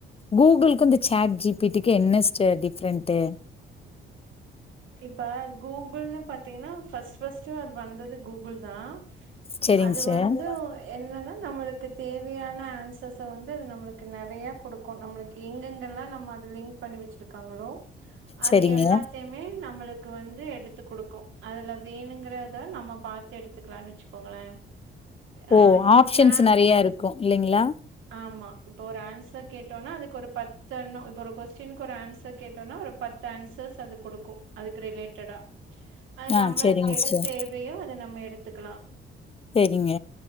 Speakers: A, on the left (about 30°); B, on the right (about 75°).
A: கூகுள்க்கு இந்த சேட் ஜிபிடிக்கு என்ன சிஸ்டர் டிஃப்ரெண்ட்டு
B: இப்ப கூகுள்னு பாத்தீங்கன்னா ஃபர்ஸ்ட் ஃபர்ஸ்ட் அது வந்தது கூ குள்தா
A: செரிங்க
B: அது
A: சிஸ்டர்
B: வந்து என்னன்னா நம்மளுக்கு தேவையான ஆன்சர்ஸ வந்து அது நம்மளுக்கு நெறைய குடுக் கு நம்மளுக்கு எங்கெங்கல்லா நம்ம அத லிங்க் பண்ணி வச்சிருக்காங்களோ அது
A: செரிங்க
B: எல்லாத்தயுமே நம்மளுக்கு வந்து எடுத்து குடுக்கு அதுல வேணுங்கறத நம்ம பாத்து எடுத்துக்கலானு வச்சுக்கோங்களே ஆ
A: ஓ
B: இப்ப
A: ஆப்ஷன்ஸ்ஸு
B: சேட்
A: நெறைய இருக்கு இல்லைங்ளா
B: ஆமா இப்ப ஒரு ஆன்சர் கேட்டோம்னா அதுக்கு ஒரு பத்தெண்ணோ இப்ப ஒரு கொஸ் டின்க்கு ஒரு அன்சர் கேட்டோனா ஒரு பத்து ஆன்சர்ஸ்ஸு அது குடுக்கு அதுக்கு ரிலேட்டடா அது
A: ஆ
B: நம்மளுக்கு
A: செரிங்க
B: எது
A: சிஸ்டர்
B: தேவயோ அத நம்ம எடுத்துக்கலா
A: நீங்க